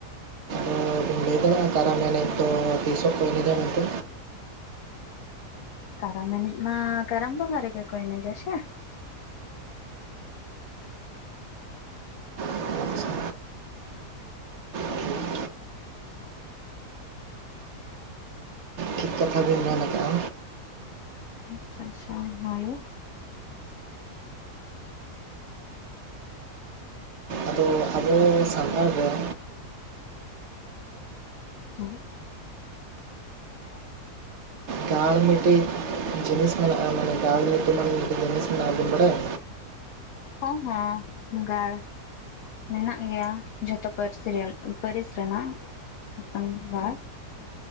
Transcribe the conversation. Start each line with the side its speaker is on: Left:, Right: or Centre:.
Right: ᱟᱫᱚ ᱵᱤᱱ ᱞᱟᱹᱭ ᱮᱫᱟᱼᱼ ᱚᱱᱟ ᱠᱟᱨᱟᱢ ᱮᱱᱮᱡ ‌ ᱫᱚ ᱛᱤᱥᱚᱜ ᱠᱚ ᱮᱱᱮᱡᱟ ᱢᱮᱱᱛᱮ‌?
Left: ᱠᱟᱨᱟᱢ ᱮᱱᱮᱡ ᱢᱟ ᱠᱟᱨᱟᱢ ᱵᱚᱸᱜᱟ ᱨᱮ‌ᱜᱮ ᱠᱚ ᱮᱱᱮᱡᱼᱟ ᱥᱮ ᱾
Right: ᱟᱪᱪᱷᱟ ᱴᱷᱤᱠ ᱴᱷᱤᱠ ᱠᱟᱛᱷᱟ ᱵᱤᱱ ᱢᱮᱱ ᱟᱠᱟᱜ-ᱟ᱾
Left: ᱟᱪᱪᱷᱟ ᱟᱪᱪᱷᱟ ᱦᱚᱭ᱾
Right: ᱟᱫᱚ ᱟᱵᱚ ᱥᱟᱱᱛᱟᱲ ᱦᱚᱲᱼᱼ
Left: ᱦᱚᱭ᱾ <unintelligible> ᱼᱼ
Right: ᱜᱟᱲ ᱢᱤᱴᱤᱡ ᱡᱤᱱᱤᱥ ᱢᱮᱱᱟᱜ-ᱟ ᱢᱟᱱᱮ ᱜᱟᱲ ᱧᱩᱛᱩᱢᱟᱱ ᱢᱤᱫ ᱡᱤᱱᱤᱥ ᱢᱮᱱᱟᱜ-ᱟ ᱵᱤᱱ ᱵᱟᱲᱟᱭᱟ?
Left: ᱦᱚᱸ ᱦᱚᱸ ᱜᱟᱲ᱾ ᱢᱮᱱᱟᱜ ᱜᱮᱭᱟ ᱡᱷᱚᱛᱚ ᱯᱟᱹᱨᱥᱤ ᱨᱮᱱ ᱯᱟᱹᱨᱤᱥ ᱨᱮᱱᱟᱜ ᱢᱤᱫᱴᱟᱝ ᱜᱟᱲ᱾